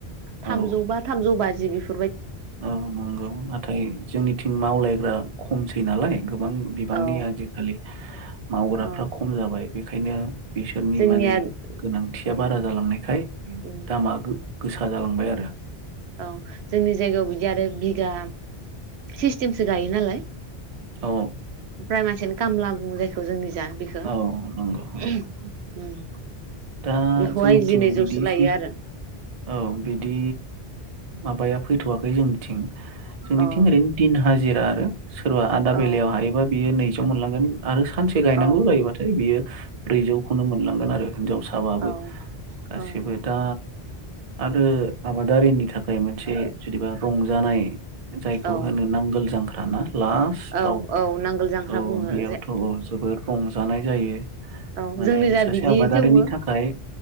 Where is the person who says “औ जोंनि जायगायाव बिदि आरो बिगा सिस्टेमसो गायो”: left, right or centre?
Right